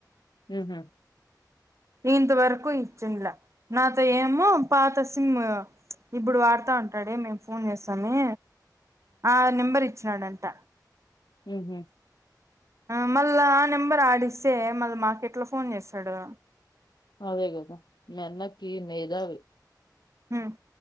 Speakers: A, on the left; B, on the right.
A: హహ
B: ఇంత వరకు ఇచ్చింల నాతో ఏమో పాత సిమ్ ఇప్పుడు వాడతా ఉంటాడే మేము ఫోన్ చేస్తాము ఆ నిబర్ ఇచ్చ చ్చినాడంట
A: హ్మ్ హు
B: ఆ మళ్ళా ఆ నెంబర్ ఆడిస్తే మళ్ళీ మాకు ఎట్లా ఫోన్ చేస్తడు
A: అదే కదా మీ అన్నకి మేధావి
B: హ్మ్